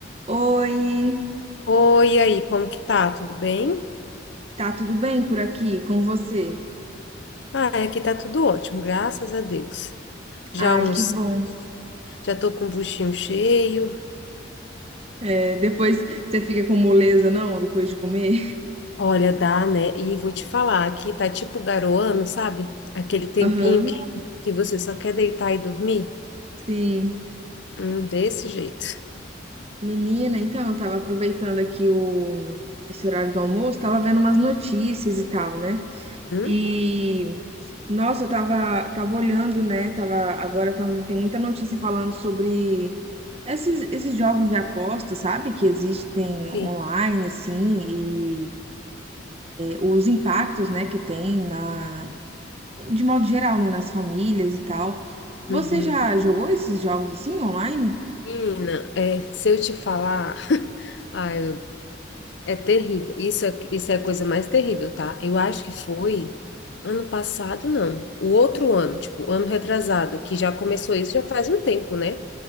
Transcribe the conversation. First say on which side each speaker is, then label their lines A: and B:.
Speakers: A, on the right; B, on the left.
A: Oi,
B: Oi, e aí, como que tá? Tudo bem?
A: tá tudo bem por aqui com você?
B: Ah, aqui tá tudo ótimo, graças a Deus. Já
A: Ai,
B: almocei,
A: que bom.
B: já tô com o buchinho cheio.
A: É, depois você fica com moleza, não? Depois de comer?
B: Olha, dá, né? E vou te falar, aqui tá tipo garoando, sabe? Aquele tempinho
A: <laughs> Aham,
B: que, que você só quer deitar e dormir.
A: sim.
B: Hum, desse jeito.
A: Menina, então eu tava aproveitando aqui o, esse horário do almoço, tava vendo umas notícias e tal, né?
B: Hum?
A: E, nossa, eu tava, tava olhando, né? Tava, agora tá- tem muita notícia falando sobre esses, esses jogos de aposta, sabe? Que existem
B: Sim.
A: online, assim, os impactos, né, que tem na, de modo geral, né, nas famílias e tal. Você
B: Uhum.
A: já jogou esses jogos assim online?
B: Menina, é, se eu te falar, <laughs> ai, É terrível. Isso é, isso é a coisa mais terrível, tá? Eu acho que foi ano passado, não. O outro ano, tipo, ano retrasado, que já começou isso já faz um tempo, né?